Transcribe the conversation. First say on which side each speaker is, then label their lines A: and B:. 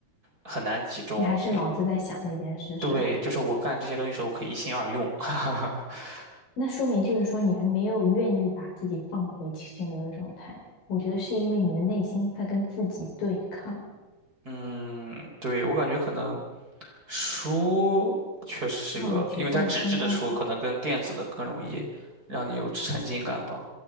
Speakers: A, on the right; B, on the left.
A: 很难集中。
B: 你还是脑子在想那件事，
A: 并
B: 是吧？
A: 对，就是我干这些东西的时候，我可以一心二用。<laughs>
B: 那说明就是说你还没有愿意把自己放回心流的状态。我觉得是因为你的内心在跟自己对抗。
A: 嗯，对，我感觉可能书确实是个，
B: 那我觉得刚刚好。
A: 因为它纸质的书可能跟电子的更容易让你有沉浸感吧。